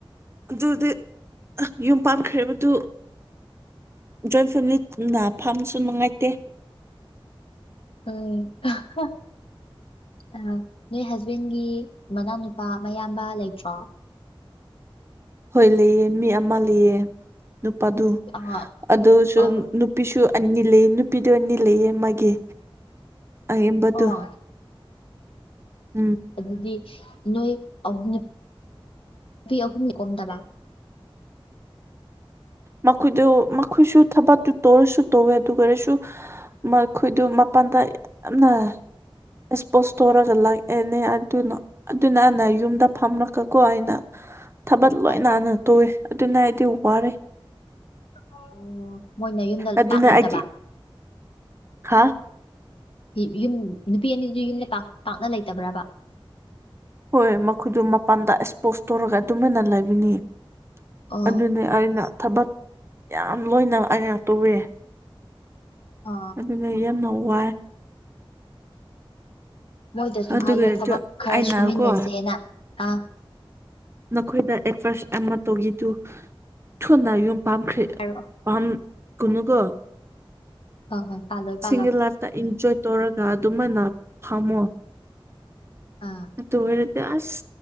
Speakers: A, on the right; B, on the left.
A: ꯑꯗꯨꯗꯤ ꯌꯨꯝ ꯄꯥꯟꯈ꯭ꯔꯦꯕꯗꯨ ꯖꯣꯏꯟ ꯐꯦꯃꯤꯂꯤ ꯄꯨꯟꯅ ꯐꯝꯕꯁꯨ ꯅꯨꯡꯉꯥꯏꯇꯦ꯫
B: ꯑ <unintelligible> ꯑꯍ ꯑ ꯅꯣꯏ ꯍꯖꯕꯦꯟꯒꯤ ꯃꯅꯥꯎ ꯅꯨꯨꯄꯥ ꯃꯌꯥꯝꯕ ꯂꯩꯇ꯭ꯔꯣ?
A: ꯍꯣꯏ ꯂꯩꯌꯦ ꯃꯤ ꯑꯃ ꯂꯩꯌꯦ ꯅꯨꯄꯥꯗꯨ
B: ꯑ
A: ꯑꯗꯨꯁꯨ
B: ꯑ
A: ꯅꯨꯞ ꯅꯨꯄꯤꯁꯨ ꯑꯅꯤ ꯂꯩꯌꯦ ꯅꯨꯄꯤꯗꯨ ꯑꯅꯤ ꯂꯩꯌꯦ ꯃꯥꯒꯤ ꯑꯌꯥꯝꯕꯗꯨ
B: ꯑꯣ
A: <unintelligible> ꯎꯝ
B: ꯑꯗꯨꯗꯤ ꯅꯣꯏ ꯑꯍꯨꯝ ꯅꯨ <inaudible> ꯄꯤ ꯑꯍꯨꯝ ꯀꯣꯝꯗꯕ꯫
A: ꯃꯈꯣꯏꯗꯨ ꯃꯈꯣꯏꯁꯨ ꯊꯕꯛꯇꯨ ꯇꯧꯋꯁꯨ ꯇꯧꯋꯦ ꯑꯗꯨ ꯑꯣꯏꯔꯁꯨ ꯃꯈꯣꯏꯗꯨ ꯃꯄꯥꯟꯗ ꯌꯥꯝꯅ ꯑꯦꯛꯁꯄꯣꯁ ꯇꯧꯔꯒ ꯂꯥꯛꯑꯦꯅꯦ ꯑꯗꯨꯅ ꯑꯗꯨꯅ ꯑꯦꯅ ꯌꯨꯝꯗ ꯐꯝꯂꯛꯀꯀꯣ ꯑꯩꯅ ꯊꯕꯛ ꯂꯣꯏ
B: ꯑ
A: ꯅꯥꯟꯅ ꯇꯣꯋꯦ ꯑꯗꯨꯅ ꯑꯩꯗꯤ ꯋꯥꯔꯦ꯫
B: ꯑꯣ ꯃꯣꯏꯅ ꯌꯨꯝꯗ
A: ꯑꯗꯨꯅ
B: ꯄꯥꯛ ꯂꯩꯇꯕ꯫
A: ꯑꯩꯒꯤ
B: <inaudible>
A: ꯍꯥ
B: <unintelligible> ꯅꯨꯄꯤ ꯑꯅꯤꯗꯨꯗꯤ ꯌꯨꯝꯗ ꯄꯥꯛ ꯄꯥꯛꯅ ꯂꯩꯇꯕ꯭ꯔꯕ?
A: ꯍꯣꯏ ꯃꯈꯣꯏꯗꯣ ꯃꯄꯥꯟꯗ ꯑꯦꯛꯁꯄꯣꯁ ꯇꯧꯔꯒ ꯑꯗꯨꯃꯥꯏꯅ ꯂꯩꯕꯅꯤ <inaudible>
B: ꯑꯣ
A: ꯑꯗꯨꯅꯤ ꯑꯩꯅ ꯊꯕꯛ ꯌꯥꯝ ꯂꯣꯏꯅ ꯑꯩꯅ ꯇꯧꯋꯦ꯫
B: ꯑ
A: ꯑꯗꯨꯅ ꯌꯥꯝꯅ ꯋꯥꯏ
B: ꯃꯣꯏꯗꯁꯨ
A: ꯑꯗꯨꯒꯤꯗꯨ
B: ꯍꯥꯏꯌꯣ ꯊꯕꯛ ꯈꯔ
A: ꯑꯩꯅꯀꯣ
B: ꯁꯨꯃꯤꯟꯅꯖꯦꯅ ꯍꯥ꯫
A: ꯅꯈꯣꯏꯗ ꯑꯦꯚꯔꯁ ꯑꯃ ꯇꯧꯒꯤꯗꯨ ꯊꯨꯅ ꯌꯨꯝ ꯄꯥꯝꯈ꯭ꯔꯦ
B: ꯑꯥꯏꯔꯣ
A: ꯄꯥꯝ ꯀꯨꯅꯨ ꯀꯣ
B: ꯍꯣꯏ ꯍꯣꯏ ꯄꯥꯜꯂꯣꯏ ꯄꯥꯜꯂꯣꯏ
A: ꯁꯤꯡꯒꯤꯜ ꯂꯥꯏꯐꯇ ꯏꯟꯖꯣꯏ ꯇꯧꯔꯒ ꯑꯗꯨꯃꯥꯏꯅ ꯐꯝꯃꯣ
B: ꯑꯥ
A: ꯑꯗꯨ ꯑꯣꯏꯔꯦꯗꯥ ꯑꯁ